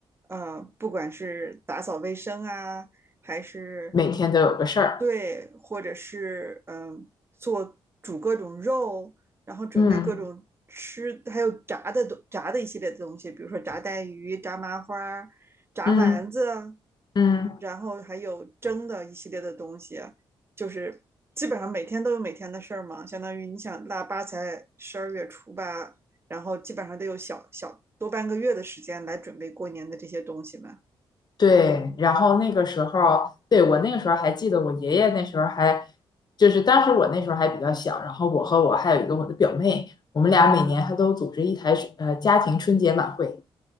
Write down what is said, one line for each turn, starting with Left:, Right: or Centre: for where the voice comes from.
Right: 呃，不管是打扫卫生啊，还是
Left: 每天都有个事儿。
Right: 对，或者是嗯、做煮各种肉，然后准备各种吃，
Left: 嗯
Right: 还有炸的东炸的一系列的东西，比如说炸带鱼、炸麻花炸丸子，
Left: 嗯嗯，
Right: 然后还有蒸的一系列的东西。就是基本上每天都有每天的事儿嘛，相当于你想腊八才十二月初八，然后基本上都有小小多半个月的时间来准备过年的这些东西嘛。
Left: 对。然后那个时候，对，我那个时候还记得，我爷爷那时候还，就是当时我那时候还比较小，然后我和我还有一个我的表妹，我们俩每年还都组织一台呃家庭春节晚会。